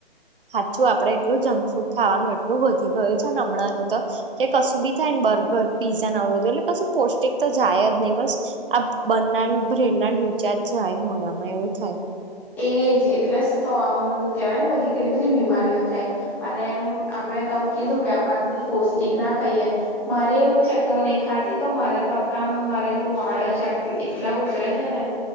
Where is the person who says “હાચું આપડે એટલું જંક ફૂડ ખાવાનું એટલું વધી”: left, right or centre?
Right